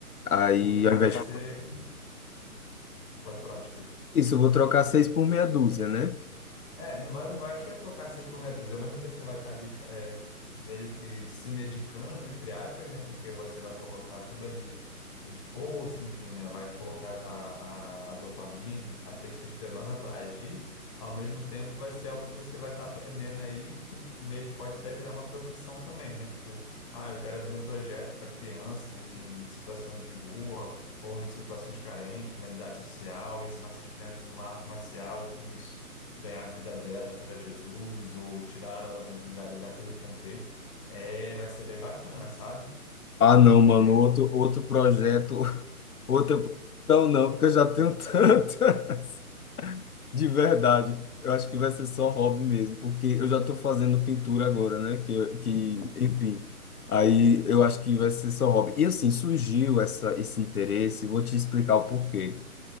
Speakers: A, on the left (about 75°); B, on the left (about 20°).
A: Aí,
B: porque
A: ao invés
B: vai ser.
A: de
B: Pode falar, desculpa.
A: isso, eu vou trocar seis por meia dúzia, né?
B: É, não vai, não vai, vai trocar seis por meia dúzia. Ao mesmo tempo, você vai estar ali é, meio que se medicando, entre aspas, né? Porque você vai colocar todo ali o esforço, enfim, né? Vai colocar a, a, a dopamina, a testosterona para agir. Ao mesmo tempo, vai ser algo que você vai estar aprendendo aí, que meio que pode até virar uma profissão também, né? Tipo, ah, eu quero abrir um projeto para crianças, enfim, em situação de rua ou em situações carentes, vulnerabilidade social, ensinar essas crianças uma arte marcial e com isso ganhar a vida delas para Jesus ou tirar ela da, daquele contexto, é, vai ser bem bacana, sabe?
A: Ah, não, mano,
B: É,
A: outro, outro projeto, <laughs> outra. Não, não, porque eu já tenho tantas. <laughs> De verdade, eu acho que vai ser só hobby mesmo, porque eu já estou fazendo pintura agora, né? Que, que,
B: hum,
A: enfim. Aí eu acho que vai ser só hobby. E assim, surgiu essa, esse interesse, vou te explicar o porquê.